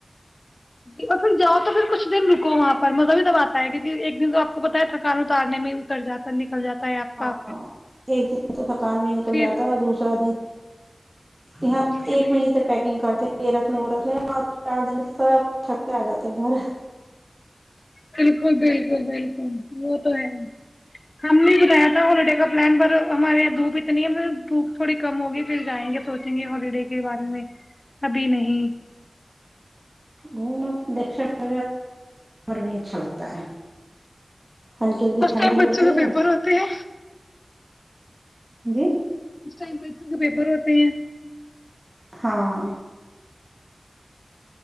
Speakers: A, on the left; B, on the right.
A: جی اور پھر جاؤ تو پھر کچھ دن رکو وہاں پر مزہ بھی تب آتا ہے کیونکہ ایک دن تو آپ کو پتاہ ہے تھکان اتارنے میں اتر جاتا ہے نکل جاتا ہے آپ
B: ہاں
A: کا
B: ہاں ایک دن تو تھکان بھی نکل
A: پھر
B: جاتا ہے دوسرا دن یہاں
A: گھومنے
B: ایک
A: میں
B: مہی ت پیکنگ کرتے یہ رکھ لیں وہ رکھ لیں اور چار دن سب تھک کے آ جاتے گھر
A: بالکل بالکل بالکل وہ تو ہے ہم نے سنایا تھا ہالیڈے کا پلان پر ہمارے یہاں دھوپ اتنی ہے ہم دھوپ تھوڑی کم ہوگی پھر جائیں گے سوچیں گے ہالڈے کے بارے میں ابھی نہیں
B: گھومنا دیکتے بھی اچھا لگتا ہے ہلکی ہلکی
A: اسٹ
B: ٹھنڈی
A: بچوں
B: ہوتی
A: ن پیپر
B: ہے
A: ہوتے ہے
B: جی
A: اس ٹائم پ ب کے پیپر ہوتے ہیں
B: ہاں